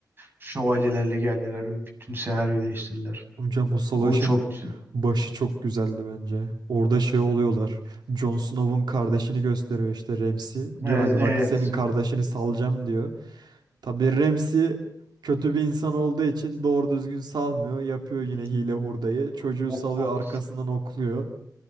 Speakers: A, on the right (about 30°); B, on the right (about 90°).
A: Şövalyelerle geldiler ve bütün senaryoyu değiştirdiler.
B: Hocam o savaşın
A: O çok güzel.
B: başı çok güzeldi bence. Orada şey oluyorlar. Jon Snow'un kardeşini gösteriyor işte Ramsay.
A: Evet,
B: Diyor hani
A: evet.
B: bak senin kardeşini salacağım diyor. Tabii Ramsey kötü bir insan olduğu için doğru düzgün salmıyor. Yapıyor yine
A: <laughs>
B: hile hurdayı. Çocuğu
A: Ok,
B: salıyor
A: ok.
B: arkasından okluyor.